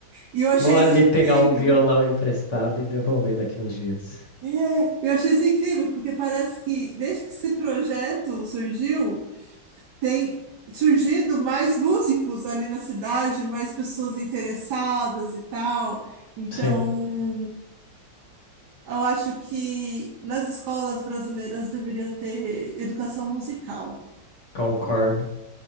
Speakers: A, on the right; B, on the left.
A: E eu achei
B: Vou ali
A: isso incrível.
B: pegar um violão emprestado e devolver daqui uns dias.
A: É, eu achei isso incrível, porque parece que desde que esse projeto surgiu, tem surgido mais músicos ali na cidade, mais pessoas interessadas e tal. Então,
B: Sim,
A: eu acho que nas escolas brasileiras deveria ter educação musical,
B: concordo.